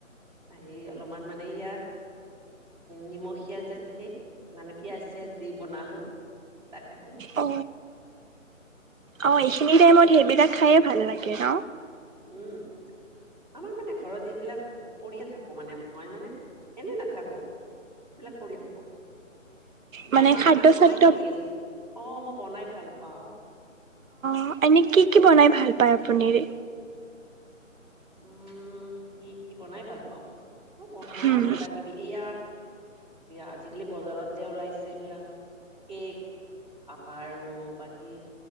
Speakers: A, on the right; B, on the right.
A: আহি অলপমান মানে ইয়াৰ নিমখিয়া যে সেই, মানে পিয়াজ চিয়াজ দি বনালোঁ। তাকে খালোঁ।
B: অ অ', এইখিনি টাইমত সেইবিলাক খায়েই ভাল লাগে ন।
A: উম। আমাৰ মানে ঘৰত এইবিলাক কৰিয়েই থাকো মানে, মই মানে এনেই নাথাকো। এইবিলাক কৰিয়েই থাকো, তোমাৰ
B: মানে
A: মাৰ,
B: খাদ্য
A: মায়ে
B: চাদ্য
A: কি কৰি আছে? অ', মই বনাই ভাল পাওঁ।
B: অ', এনেই কি কি বনাই ভাল পায় আপুনিৰে?
A: উম, কি কি বনাই ভাল পাওঁ? মই বনাও
B: হুম
A: কিবা কিবি, এইয়া আজিকালি বজাৰত যে ওলাইছে এইবিলাক, কেক আৰু বাকী